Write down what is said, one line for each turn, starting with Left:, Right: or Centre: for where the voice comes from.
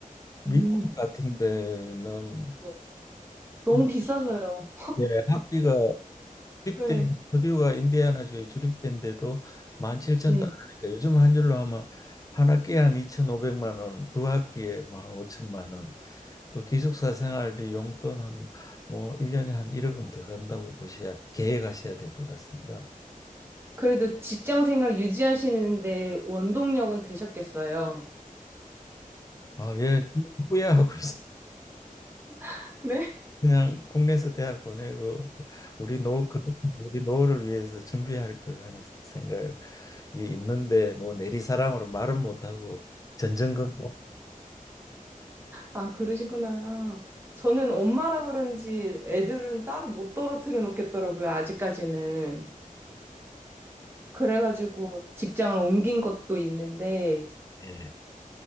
Left: 미국
Right: 음.
Left: 같은 데는
Right: 네. 너무
Left: 뭐
Right: 비싸서요.
Left: 예, 학비가
Right: 네.
Left: 주립된 퍼듀가 인디애나주에 주립된데도 만7천달러니까
Right: 네.
Left: 요즘 한 줄로 하면 한 학기에 한 2 5오백만 원, 두 학기에 만5천만 원, 또 기숙사 생활비 용돈 한뭐 1년에 한 1억은 더 간다고 보셔야 계획하셔야 될 것 같습니다.
Right: 그래도 직장 생활 유지하시는데 원동력은 되셨겠어요.
Left: 아, 예, 후회하고 있어요.
Right: <laughs> 네?
Left: 그냥 국내에서 대학 보내고 우리 노후 그- 우리 노후를 위해서 준비할 걸 하는 생각 예, 있는데 뭐 내리사랑으로 말은 못하고 전전긍긍.
Right: 아, 그러시구나. 저는 엄마라 그런지 애들은 따로 못 떨어뜨려 놓겠더라고요, 아직까지는. 그래가지고 직장을 옮긴 것도 있는데,
Left: 네.